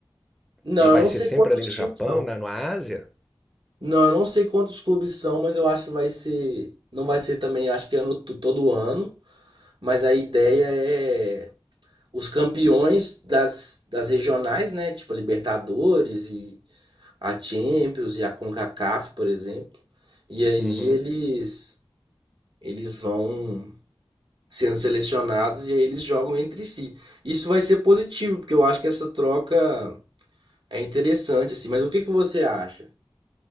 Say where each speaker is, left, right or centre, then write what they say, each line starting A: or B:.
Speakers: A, on the right; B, in the centre.
A: não,
B: e vai
A: eu não
B: ser
A: sei
B: sempre
A: quantos
B: ali no
A: times
B: Japão,
A: são.
B: na, na Ásia?
A: Não, eu não sei quantos clubes são, mas eu acho que vai ser, não vai ser também, eu acho que ano, todo ano. Mas a ideia é os campeões das, das regionais, né? Tipo a Libertadores e a Champions e a CONCACAF, por exemplo. E aí
B: Uhum.
A: eles eles vão sendo selecionados e aí eles jogam entre si. Isso vai ser positivo, porque eu acho que essa troca é interessante assim, mas o que que você acha?